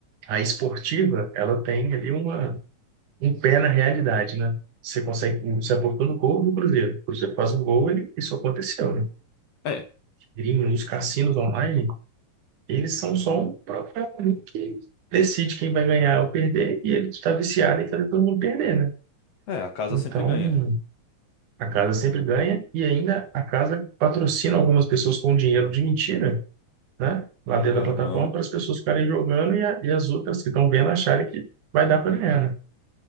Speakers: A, on the right; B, on the left.
A: a esportiva, ela tem ali uma, um pé na realidade, né? Você consegue, você aportou no gol do Cruzeiro. O Cruzeiro faz um gol, ele, isso aconteceu, né?
B: É,
A: Gringo, os cassinos online, eles são só um papel ali que decide quem vai ganhar ou perder, e ele está viciado em fazer todo mundo perder, né?
B: é, a casa
A: Então,
B: sempre ganha.
A: a casa sempre ganha, e ainda a casa patrocina algumas pessoas com dinheiro de mentira, né, lá dentro
B: Aham.
A: da plataforma para as pessoas ficarem jogando e, a- e as outras que estão vendo acharem que vai dar para ganhar, né?